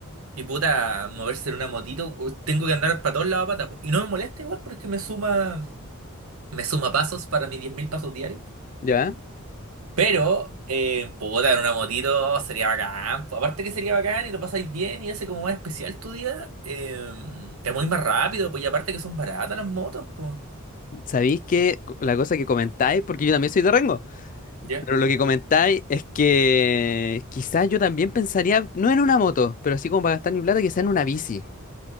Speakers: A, on the right; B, on the left.
A: Y puta, moverse en una motito, u- tengo que andar para todos lados a pata, po. Y no me molesta igual porque me suma, me suma pasos para mis 10.000 pasos diarios.
B: Ya,
A: Pero, eh, puta, en una motito sería bacán. po. Aparte que sería bacán y lo pasáis bien y hace como más especial tu día, eh, te mueves más rápido, pues y aparte que son baratas las motos, pues.
B: sabéis que la cosa que comentáis, porque yo también soy de Rengo,
A: ¿Ya?
B: pero lo que comentáis es que quizás yo también pensaría, no en una moto, pero así como para gastar mi plata, quizás en una bici.